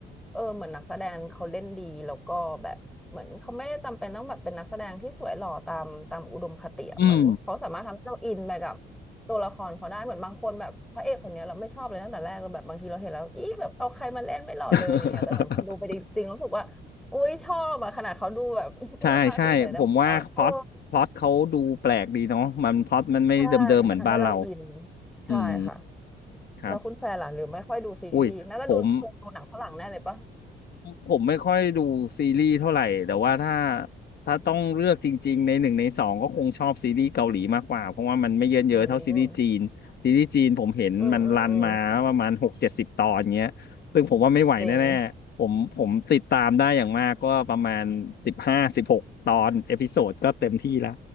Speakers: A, in the centre; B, on the left.
A: เออเหมือนนักแสดงเขาเล่นดีแล้วก็แบบเหมือนเขาไม่ได้จำเป็นต้องแบบเป็นนักแสดงที่สวยหล่อตามตามอุดมคติอะเหมือนเขาสามารถทำให้เราอินไปกับ
B: อืม
A: ตัวละครเขาได้เหมือนบางคนแบบพระเอกคนเนี้ยเราไม่ชอบเลยตั้งแต่แรกเราแบบบางทีเราเห็นแล้วอีแบบเอาใครมาเล่นไม่หล่อเลยอะไรเงี้ยแต่เหมือนพอดูไปจริงๆรู้สึกว่าอุ้ยชอบอะขนาดเขาดูแบบ
B: <laughs>
A: <laughs>
B: ใช่ใช่ผมว่าพล็อตพล็อตเขาดูแปลกดีเนาะมันพล็อตมันไม่เดิมๆเหมือนบ้านเรา
A: หน้าตาเฉยๆแต่เหมือนเราเออใช่มันทำให้เราอินใช่ค่ะ
B: อืมครับ
A: แล้วคุณแฟนล่ะหรือไม่ค่อยดูซีรีส์น่าจะดูดูหนังฝรั่งแน่เลยปะ
B: อุ้ยผม ผมไม่ค่อยดูซีรีส์เท่าไหร่แต่ว่าถ้าถ้าต้องเลือกจริงๆในหนึ่งในสองก็คงชอบซีรีส์เกาหลีมากกว่าเพราะว่ามันไม่เยินเยอะเท่าซีรีส์จีนซีรีส์จีนผมเห็นมันรันมาประมาณหกเจ็ดสิบตอนเงี้ยซึ่งผมว่าไม่ไหวแน่ๆผมผมติดตามได้อย่างมากก็ประมาณสิบห้าสิบหกตอนเอพิโซดก็เต็มที่ละ
A: อืมอืมอืมอืมจริง